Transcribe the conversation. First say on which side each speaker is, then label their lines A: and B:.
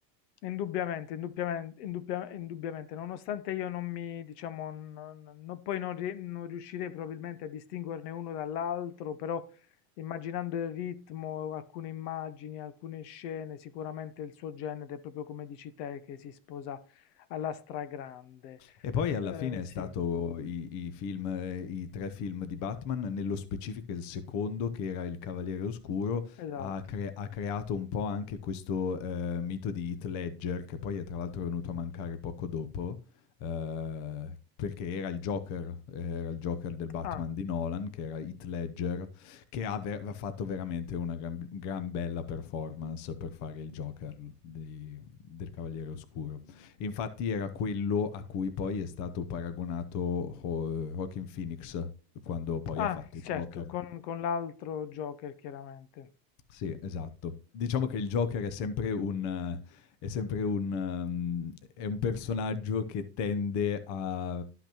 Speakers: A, on the left; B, on the left.
A: Indubbiamente, indubbiamente, indubbia- indubbiamente, nonostante io non mi, diciamo, non- non- poi non, ri- non riuscirei probabilmente a distinguerne uno dall'altro, però immaginando il ritmo, alcune immagini, alcune scene, sicuramente il suo genere, proprio come dici te, che si sposa alla stragrande.
B: E poi alla
A: Eh,
B: fine
A: sì,
B: è stato i i film ehm, i 3 film di Batman, nello specifico il secondo che era Il Cavaliere Oscuro,
A: esatto.
B: ha cre ha creato un po' anche questo, ehm, mito di Heath Ledger, che poi è tra l'altro venuto a mancare poco dopo, ehm, perché era il Joker, eh, era il Joker del Batman
A: Ah,
B: di Nolan, che era Heath Ledger, che ha ve ha fatto veramente una gran gran bella performance per fare il Joker di del Cavaliere Oscuro. Infatti era quello a cui poi è stato paragonato Ho- Joaquin Phoenix quando poi
A: ah,
B: ha fatto
A: certo,
B: Joker.
A: con, con l'altro Joker, chiaramente.
B: Sì, esatto. Diciamo che il Joker è sempre un... eh, È sempre un, ehm, è un personaggio che tende a,